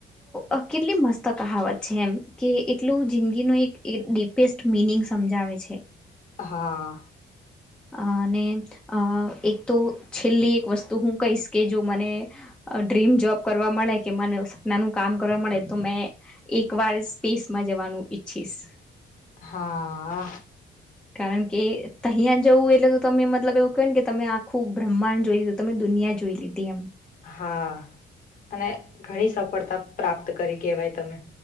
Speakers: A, in the centre; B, on the left (about 45°).
A: અ કેટલી મસ્ત કહાવત છે એમ કે એટલું જિંદગીનું એક ડીપેસ્ટ મિનિંગ સમજાવે. છે.
B: હા
A: અ અને અ એક તો છેલ્લી એક વસ્તુ હું કહીશ કે જો મને ડ્રીમ જોબ કરવા મળે કે મને સપનાનું કામ કરવા મળે તો મેં એક વાર સ્પેસમાં જવાનું ઈચ્છીશ.
B: હા
A: કારણ કે તહીયા જવું એટલે તો તમે મતલબ એવું કેવાય ને કે તમે આખું બ્રહ્માંડ જોઈ લીધુ તમે દુ નીયા જોઈ લીધી એમ.
B: હા, અને ઘણી સફળતા પ્રાપ્ત કરી કેવાય તમે.